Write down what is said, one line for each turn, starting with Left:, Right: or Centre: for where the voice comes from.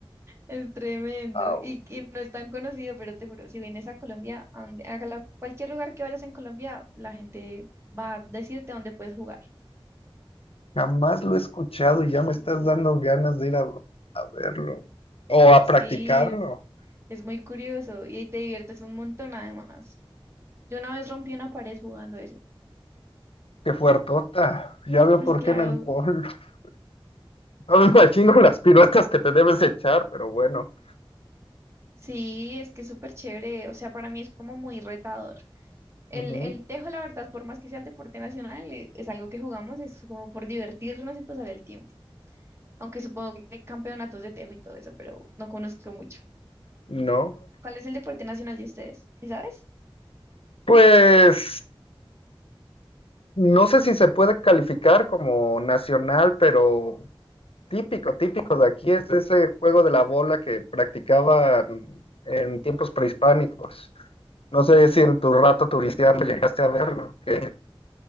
Right: es tremendo.
Left: Au,
Right: Y, y no es tan conocido, pero te juro, si vienes a Colombia, a donde- a la- cualquier lugar que vayas en Colombia, la gente va a decirte dónde puedes jugar.
Left: jamás lo he escuchado y ya me estás dando ganas de ir a, a verlo o a
Right: Sí,
Left: practicarlo.
Right: es, es muy curioso y ahí te diviertes un montón además. Yo una vez rompí una pared jugando eso.
Left: Qué fuertota. Ya veo
Right: Pues
Left: por
Right: claro,
Left: qué en el bol. <laughs> No me imagino las piruetas que te debes echar, pero bueno.
Right: sí, es que es súper chévere. O sea, para mí es como muy retador. El,
Left: Ujú.
Right: el tejo, la verdad, por más que sea el deporte nacional, e- es algo que jugamos, es como por divertirnos y pasar el tiempo. Aunque supongo que hay campeonatos de tejo y todo eso, pero no conozco mucho.
Left: No.
Right: ¿Cuál es el deporte nacional de ustedes? ¿Sí sabes?
Left: Pues no sé si se puede calificar como nacional, pero típico, típico de aquí es ese juego de la bola que practicaban en tiempos prehispánicos. No sé si en tu rato turistiano llegaste a verlo, que